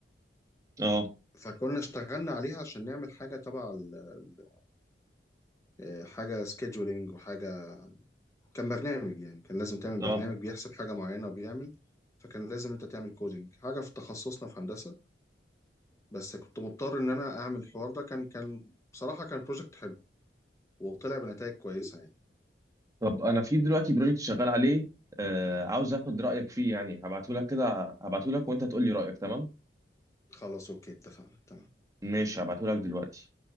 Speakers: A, on the right; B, on the left.
A: اه
B: فكنا اشتغلنا عليها عشان نعمل حاجة تبع ال- ال- آه، حاجة سكيدولينج وحاجة كان برنامج يعني كان لازم تعمل
A: اه
B: برنامج بيحسب حاجة معينة وبيعمل فكان لازم انت تعمل كودينج حاجة في تخصصنا في هندسة بس كنت مضطر ان انا اعمل الحوار ده كان كان بصراحة كان بروجكت حلو وطلع بنتائج كويسة يعني
A: طب انا في دلوقتي بروجكت شغال عليه آه عاوز اخد رايك فيه يعني هبعته لك كده هبعته لك وانت تقول لي رايك تمام
B: خلاص اوكي اتفقنا تمام
A: ماشي هبعته لك دلوقتي